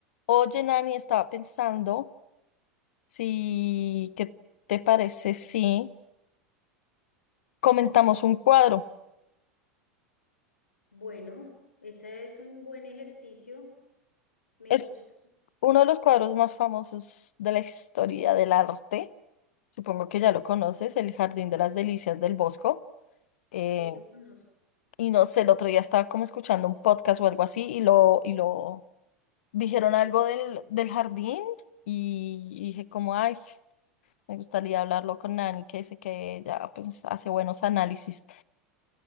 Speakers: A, on the left; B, on the left.
A: Oye, Nani, estaba pensando si, ¿qué te parece si comentamos un cuadro?
B: Bueno, ese es un buen ejercicio. Me
A: Es
B: gusta.
A: uno de los cuadros más famosos de la historia del arte. Supongo que ya lo conoces, El Jardín de las Delicias del Bosco. Eh,
B: Sí, lo conozco.
A: y no sé, el otro día estaba como escuchando un podcast o algo así y lo, y lo dijeron algo del, del jardín y dije como, ay, me gustaría hablarlo con Nani, que dice que ella pues hace buenos análisis.